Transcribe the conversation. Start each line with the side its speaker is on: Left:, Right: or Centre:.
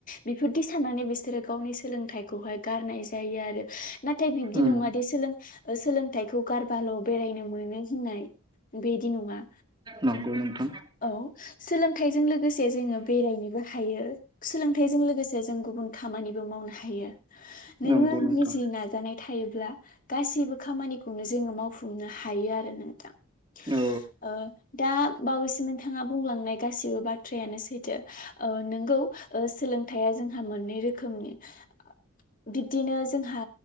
Left: बेफोरदि साननानै बिसोरो गावनि सोलोंथाइखौहाय गारनाय जायो। नाय जायो आरो नाथाय बिबदि
Right: उम
Left: नङादि सोलों सोलोंथखौ गार बाल' बेरायनो मोनो होननाय बेदि नङा।
Right: नंगौ नोंथां।
Left: औ सोलोंथाइजों लोगोसे जोङो बेरायनोबो हायो सोलोंथाइजों लोगोसे गुबुन गुबुन खामानिबो मावनो हायो। नोङो
Right: नंगौ
Left: निजि
Right: नोंथां
Left: नाजानाय थायोब्ला गासैबो खामानिखौनो जोङो मावफुं नो हायो आरो नोंथां ।
Right: औ
Left: ओ दा बावैस नोंथाङा बुंलांनाय गासिबो बाथ्रायानो सैथो ओ नोंगौ ओ सोलोंथाइया जोंहा मोननै रोखोमनि । बिब्दिनो जोंहा